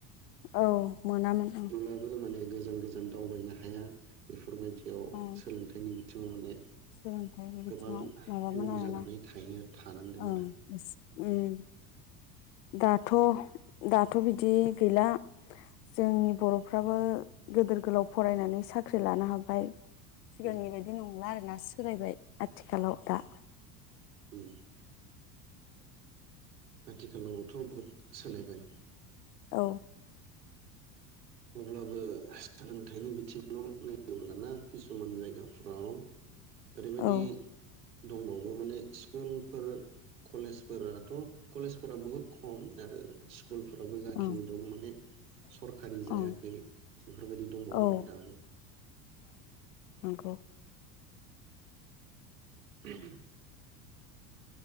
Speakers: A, on the left; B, on the right.
A: औ मोनामोन ओं
B: गोदनि <unintelligible> माने गो जान गोजान दावबायनो हाया बेफोरबायदि बेयाव
A: ओं
B: सोलोंथाइनिबो बिङाव माने
A: सोलोंथाइ बिथिङाव
B: गोबां
A: माबामोन
B: उन
A: आरोना
B: जानानै थायो थानांदों
A: औ
B: आरो
A: एसे उम दाथ' दाथ' बिदि गैला जोंनि बर'फ्राबो गोदोर गोलाव फरायनानै साख्रि लानो हाबाय सिगांनि
B: उम
A: बायदि नंला आरोना सोलायबाय आथिखालाव दा
B: उम आथिखालावथ' बहुद सोलायबाय
A: औ
B: अब्लाबो सोलोंथाइनि बिथिंङाव नायोब्लाना किसुमान जायगाफ्राव ओरैबादि।
A: औ ओं
B: दंबावो माने स्कुलफोर कलेजफोराथ' कलेजफोरा बहुद खम आरो स्कुलफोरावबो जाखिनि
A: ओं
B: दं माने सरखार। जायाखै
A: औ
B: बेफोरबायदि दंबावो
A: ओं
B: आरो दाबो।
A: अ'
B: <unintelligible>